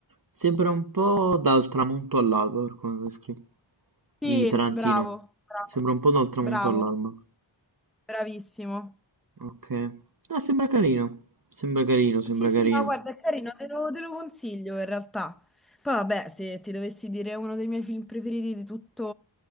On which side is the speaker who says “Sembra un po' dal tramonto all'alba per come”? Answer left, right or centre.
Right